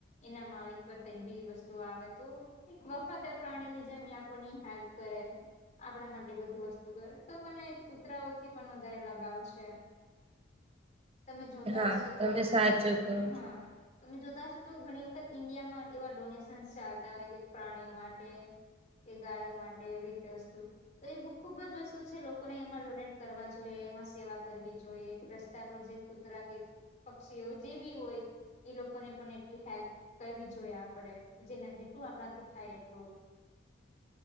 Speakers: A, on the left; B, on the right.
A: એના માલિક પર કઈબી વસ્તુ આવે? તો એક વફાદાર પ્રાણી ની જેમ આપણ હેલ્પ કરે આપણા માટે બધું વસ્તુ કરે તો મને કૂતરાઓથી પણ વધારે લગાવ છે. તમે જોતા
B: હા
A: હશો
B: તમે
A: તો
B: સાચું
A: ઘણી વખત
B: કહો
A: હા
B: છો
A: તમે જોતા હશો તો ઘણી વખત ઇન્ડિયામાં એવા ડોનેશન ચાલતા હોય કે પ્રાણીઓ માટે એ ગાયો માટે એવી રીતે વસ્તુ તો એ બ ખુબ જ વસ્તુ છે લોકોને એમાં ડોનેટ કરવા જોઈએ એમાં સેવા કરવી જોઈએ. જે કૂતરા કે પક્ષીઓ જે બી હોય એ લોકોને પણ એટલી હેલ્પ કરવી જોઈએ આપડે જે જેટલું આપણાથી થાય એટલું